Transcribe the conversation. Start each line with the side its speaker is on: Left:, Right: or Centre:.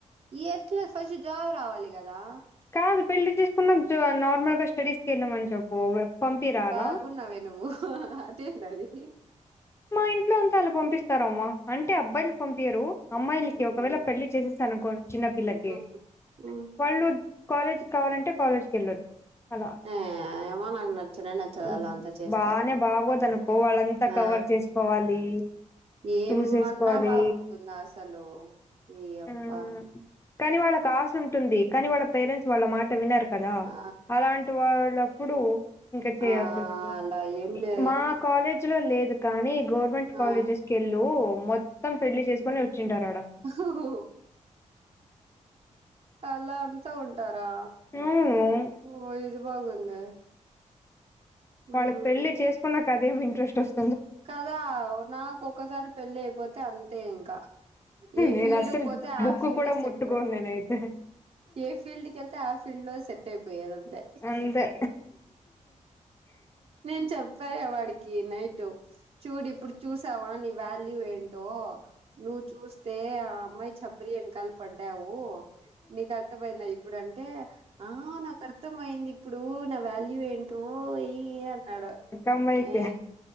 Right: ఏట్లా ఫస్ట్ జాబ్ రావాలి కదా
Left: కాదు పెళ్లి చేసుకున్న నార్మల్ గా స్టడీస్కి వెళ్ళామని చెప్పు పంపిరా
Right: బాగున్నావే
Left: అలా
Right: నువ్వు అదేంది అది
Left: మా ఇంట్లో అంత అలా పంపిస్తారమ్మా అంటే అబ్బాయిలు పంపియరు అమ్మాయిలకి
Right: మ్మ్
Left: ఒకవేళ పెళ్లి చేసేస్తానుకో చిన్నపిల్లకి
Right: మ్మ్ మ్మ్
Left: వాళ్ళు కాలేజ్ కావాలంటే కాలేజ్కి వెళ్ళొచ్చు అలా
Right: ఆ ఏమో నాకు నచ్చనే నచ్చదు
Left: ఓహో.
Right: అలా అంతా చేస్తే
Left: బానే బాగోదనుకో వాళ్ళంతా
Right: ఆ
Left: కవర్ చేసుకోవాలి
Right: ఏమన్నా
Left: చూసేసుకోవాలి
Right: బాగుంటుంద అ సలు ఏ అప్పా
Left: మ్మ్. కానీ వాళ్ళకి ఆశ ఉంటుంది కానీ వాళ్ళ పేరెంట్స్ వాళ్ళ మాట విన్నారు కదా
Right: ఆ
Left: అలాం టి వాళ్ళప్పుడు ఇంకా చేయాల్సి
Right: ఆ
Left: వస్తుంది
Right: అలా ఏం లే
Left: మా కాలేజ్ లో లేదు కానీ గవర్ మెంట్
Right: ఆ
Left: కాలేజెస్ కెళ్ళు మొత్తం పెళ్లి చేసుకొని వచ్చుంటారాడ
Right: ఓహో అలా వస్తా ఉంటారా
Left: అవును
Right: ఓ ఇది బాగుందే మ్మ్
Left: వాళ్ళకి పెళ్ళి చేసుకున్నాక అదేమి ఇంట్రెస్ట్ వస్
Right: కదా నాకు ఒకసారి పెళ్లి అయిపోతే అంతే ఇకా ఏ
Left: నేను
Right: ఫీల్డ్
Left: అస్సలు
Right: కు పోతే
Left: బుక్కు
Right: ఆ ఫీల్డే
Left: కూడా
Right: సెట్టు
Left: ముట్టుకోను నేనైతే
Right: ఏ ఫీల్డ్కి వెళ్ తె ఆ ఫీల్డ్ లో సెట్ అయిపోయదంతే
Left: అంతే
Right: నేను చెప్పార వాడికి నైట్ చూడు ఇప్పుడు చూసావా నీ వాల్యూ ఏంటో నువ్ చూస్తే ఆ అమ్మాయి చప్రి వెనకల పడ్డావు నీకు అర్థమైందా ఇప్పుడు అంటే ఆ నాకు అర్థమయింది ఇప్పుడు నా వాల్యూ ఏంటో ఏ ఈ అన్నాడు
Left: ఆమైతే
Right: ఏ